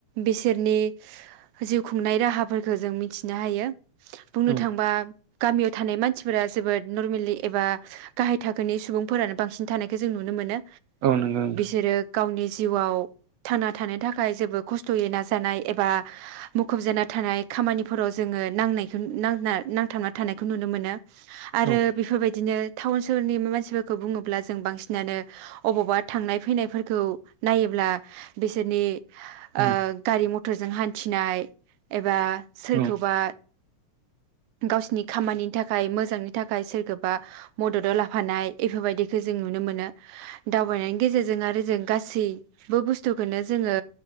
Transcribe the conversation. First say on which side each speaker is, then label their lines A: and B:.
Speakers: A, on the right; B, on the right.
A: बिसोरनि जिउ खुंनाय राहाफोरखौ जों मिथिनो हायो। बुंनो
B: औ
A: थांबा गामियाव थानाय मानसिफोरा जोबोद नरमेलि एबा गाहाय थाखोनि सुबुंफोरानो बांसिन थानायखौ जों नुनो मोनो।
B: औ नोंथां।
A: जेरो गावनि जिउआव थांना थानो थाखाय जेबो खस्थ'यै नाजानाय एबा मुखुब जाना थानाय खामानिफोराव जोङो नांनाय नांथाबना थानायखौ नुनो मोनो। आरो
B: औ
A: बेफोरबाय बिदिनो टाउन सहरनि मानसिफोरखौ बुङोब्ला जों बांसिनानो अबावबा थांनाय फैनायफोरखौ नायोब्ला बिसोरनि
B: औ
A: ओ गारि मट टर'जों हान्थिनाय एबा सोरखौबा
B: औ
A: गावसिनि खामानिनि थाखाय मोजांनि थाखाय सोरखौबा मददाव लाफानाय बेफोरबायदिखौ जों नुनो मोनो दावबायनायनि गेजेर जों आरो जों गासैबो बुस्थुखौनो जोङो